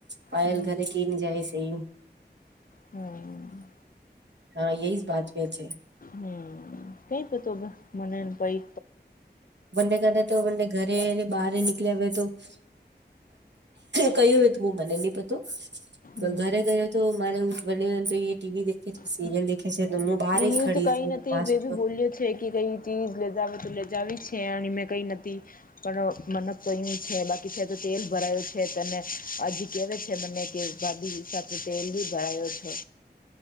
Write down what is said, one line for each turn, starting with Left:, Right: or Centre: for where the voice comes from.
Right: પાયલ
Left: હમ
Right: ઘરે કને જાય છે યું.
Left: હમ
Right: હા એહી બાત પે છે.
Left: હમ કઈક તો મને પઈ.
Right: બંને કે તો બંને ઘરે બહાર નિકલે્યા ભવે તો. <unintelligible> કયું એ તું હું મને એની પધું. <unintelligible>
Left: હમ
Right: ઘરે ગયો તો મારે ઉ બને તો ટીવી દેખે. છે
Left: હ
Right: સિરિયલ દેખે છે તો હું બહાર
Left: ન એ
Right: જ ખડી
Left: તો કઈ
Right: છું
Left: નથી
Right: માસું
Left: બી
Right: તો
Left: બોલ્યો છે કે કઈ ચીજ લેતા તો લે. મજાવી છે અને મેં કંઈ નથી પણ મને કયું છે બાકી છે તો તેલ ભરાયું. છે તને આજ કેવા છે મને કે ભાભી સાથે તેલ બી ભરાો છો.